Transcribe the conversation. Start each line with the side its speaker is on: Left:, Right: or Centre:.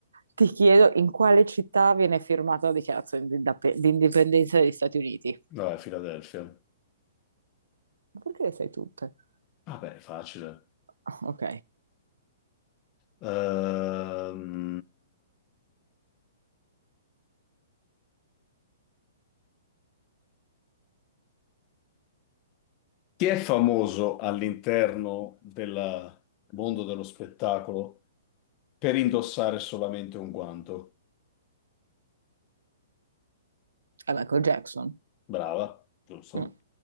Right: Ti chiedo in quale città viene firmata la dichiarazione di, indap- di indipendenza degli Stati Uniti?
Left: Vabbè, Filadelfia.
Right: Ma perché le sai tutte? <laughs>
Left: Vabbè, è facile.
Right: Ah, ok,
Left: Ehm, chi è famoso all'interno del mondo dello spettacolo? Per indossare solamente un guanto.
Right: è Michael Jackson.
Left: Brava, giusto.
Right: Mm.